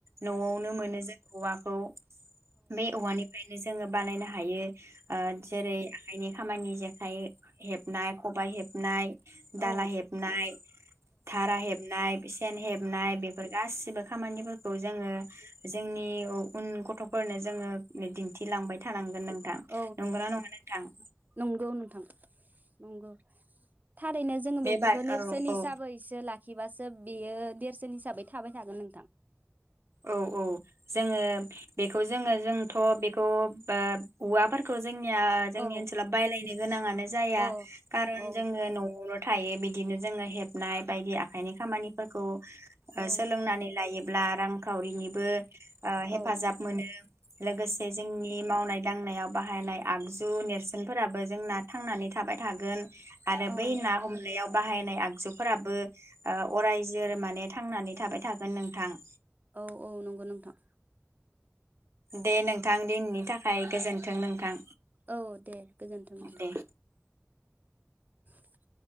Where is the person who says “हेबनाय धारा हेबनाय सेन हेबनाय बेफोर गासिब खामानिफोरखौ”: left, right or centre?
Right